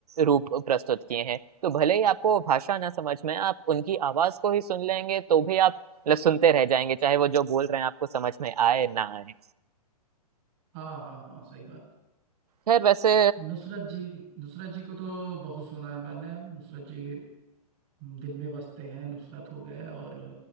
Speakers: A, on the right; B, on the right.
A: रूप प्रस्तुत किए हैं तो भले ही आपको भाषा ना समझ में आए, आप उनकी आवाज को ही सुन लेंगे तो भी आप मतलब सुनते रह जाएंगे चाहे वो जो बोल रहे हैं आपको समझ में आए ना आए
B: हाँ हाँ हाँ सही बात
A: खैर वैसे
B: नुसरत जी नुसरत जी को तो बहुत सुना है मैंने नुसरत जी दिल में बसते हैं नुसरत हो गए और